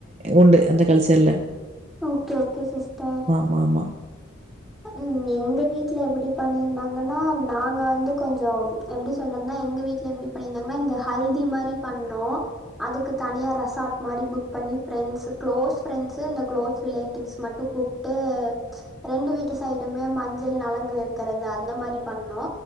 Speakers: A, on the right; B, in the centre.
A: உண்டு அந்த கல்ச்சர்ல
B: ஓகே ஓகே சிஸ்டர்
A: மாமா
B: ம் எங்க வீட்ல எப்டி பண்ணிருந்தாங்கன்னா நாங்க வந்து கொஞ்சோ எப்டி சொல்றது நா எங்க வீட்ல எப்டி பன்னிருந்தாங்கன இந்த ஹல்தி மாரி பண்ணோ அதுக்கு தனியா ரெசார்ட் மாரி புக் பண்ணி ஃப்ரண்ட்ஸ் குளோஸ் ஃப்ரெண்ட்ஸ் இந்த குளோஸ் ரிலேட்டிவ்ஸ் மட்டு கூப் ட்டு ரெண்டு வீட்டு சைடுமே மஞ்சள் நலங்கு வைக்கறது அந்த மாரி பண்ணோ